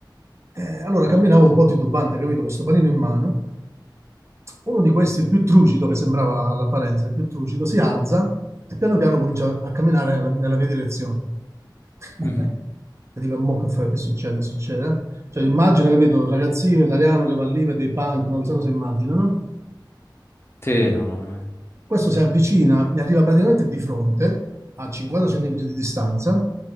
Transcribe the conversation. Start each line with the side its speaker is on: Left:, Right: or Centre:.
Right: Eh, allora camminavo un po' titubante, capito, con sto panino in mano, uno di questi, il più trucido, che sembrava all'apparenza il più trucido, si alza e piano piano comincia a camminare nella, nella mia direzione. <laughs>
Left: Mhm.
Right: E dico, mo che fai? Che succede? Che succede? Cioè, immagina, capito, un ragazzino italiano che va lì, vede i punk, non so cosa immagina, no?
Left: Sì, no, no, no. eh.
Right: Questo si avvicina,
Left: Non c'è.
Right: mi arriva praticamente di fronte, a 50 centimetri di distanza,